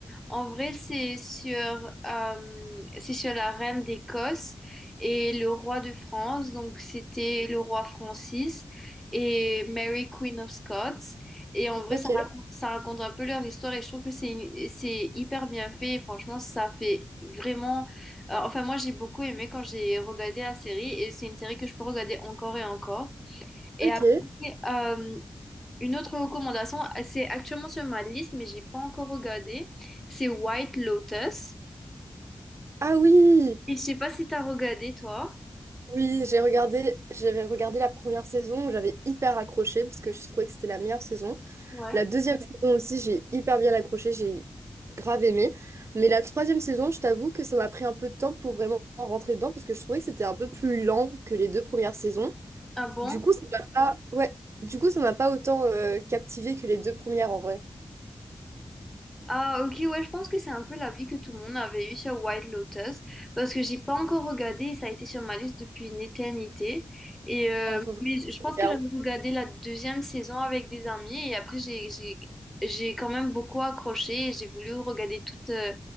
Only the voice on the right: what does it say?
Ok,
ok.
Ah oui,
oui, j'ai regardé, j'avais regardé la première saison où j'avais hyper accroché parce que je trouvais que c'était la meilleure saison.
La deuxième saison aussi, j'ai hyper bien accroché, j'ai grave aimé. Mais la troisième saison, je t'avoue que ça m'a pris un peu de temps pour vraiment rentrer dedans parce que je trouvais que c'était un peu plus lent que les deux premières saisons.
Du coup, ça m'a pas... ouais. Du coup, ça m'a pas autant captivé que les deux premières en vrai.
Ah, faut vraiment
que
je regarde.